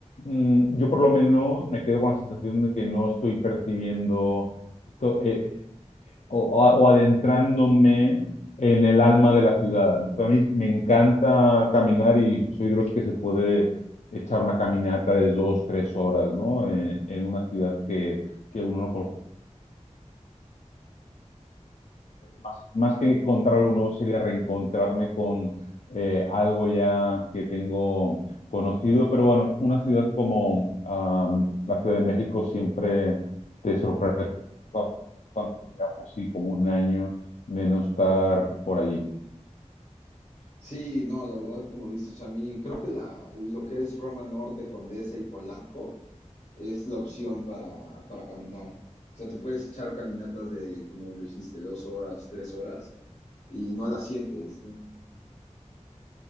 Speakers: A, on the left; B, on the left.
A: mm, yo por lo menos me quedo con la sensación de que no estoy percibiendo to- eh, o, o adentrándome en el alma de la ciudad. ¿no? A mí me encanta caminar y soy de los que se puede echar una caminata de dos, tres horas, ¿no? Eh, en una ciudad que, que uno no Más, más que encontrar algo nuevo sería reencontrarme con eh, algo ya que tengo conocido, pero bueno, una ciudad como ah, la Ciudad de México siempre te sorprende, sobre todo cuando llevo ya, pues sí, como un año de no estar por allí.
B: Sí, no, la verdad, como dices, o sea, a mí creo que la, lo que es Roma Norte, Condesa y Polanco. es la opción para, para caminar. O sea, te puedes echar caminatas de, como lo dijiste, dos horas, tres horas, y no las sientes. ¿no?